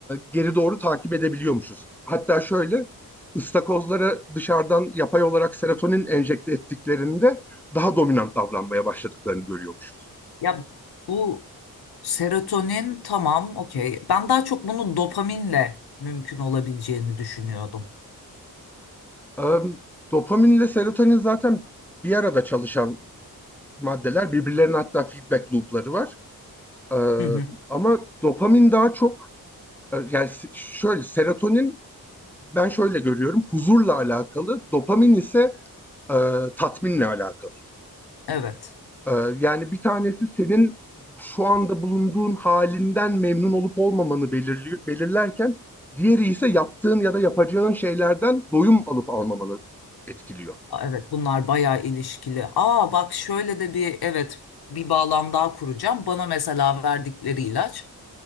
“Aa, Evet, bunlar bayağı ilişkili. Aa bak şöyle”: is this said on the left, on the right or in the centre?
Left